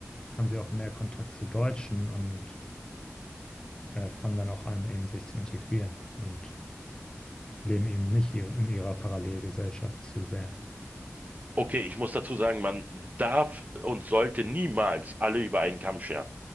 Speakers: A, on the left (about 15°); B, on the right (about 30°).
A: haben sie auch mehr Kontakt zu Deutschen und äh, fangen dann auch an, eben sich zu integrieren und leben eben nicht ihr- in ihrer Parallelgesellschaft zu sehr.
B: Okay, ich muss dazu sagen, man darf und sollte niemals alle über einen Kamm scheren.